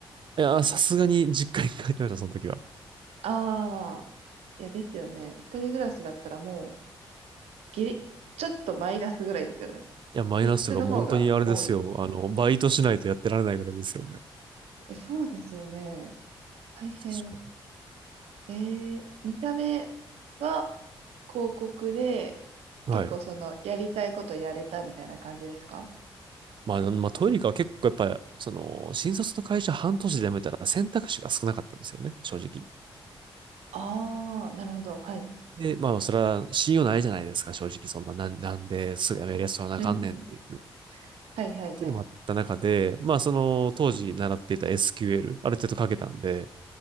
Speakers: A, on the right (about 50°); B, on the right (about 85°).
A: いや、さすがに実家に帰ってました、その時は。
B: ああ、いや、ですよね。一人暮らしだったらもう、ギリ、ちょっとマイナスぐらいですよね。
A: いや、マイナスとかもう本当にあれですよ。
B: 実質の方が多い。
A: あの、バイトしないとやってられないぐらいですよね。
B: え、そうですよね。大変。
A: 確か
B: えー、2社目は広告で、
A: に。
B: 結構その、
A: はい。
B: やりたいことやれたみたいな感じですか
A: まあ、まあ、トイレカは結構やっぱり、その、新卒の会社半年で辞めたら選択肢が少なかったんですよね、正直。
B: ああー、なるほど。はい。
A: で、まあ、それは信用ないじゃないですか、正直。そんな、なん、なんですぐ辞めるやつ取らなあかんねんっていう。
B: <laughs>
A: っ
B: はいはいはい。
A: ていうのもあった中で、まあ、その、当時習っていた SQL、ある程度書けたんで、